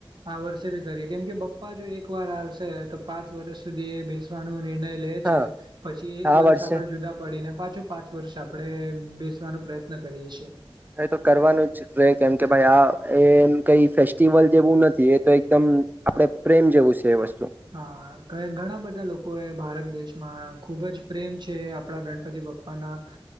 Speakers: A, on the right; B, on the right.
A: આ વર્ષે બી કરીએ કેમ કે પપ્પા જો એક વાર આવશે તો પાંચ વર્ષ સુધી એ બેસવાનું નિર્ણય લે
B: હા
A: છે પછી એક
B: આ
A: વર્ષ
B: વર્ષે
A: આપણે જુદા પડીને પાછો પાંચ વર્ષ આપડણે બેસવાનો પ્રયત્ન કરીએીએ
B: હ તો કરવાનું જ રહેે કેમ કે ભાઈ આ એમ કઈ ફેસ્ટિવલ જેવું નથી એ તો એકદમ આપડે પ્રેમ જેવું છે વસ્તુ
A: હા ઘણા બધા લોકો એ ભારત દેશમાં ખુબ જ પ્રેમ છે આપડા ગણપતિ પપ્પા ના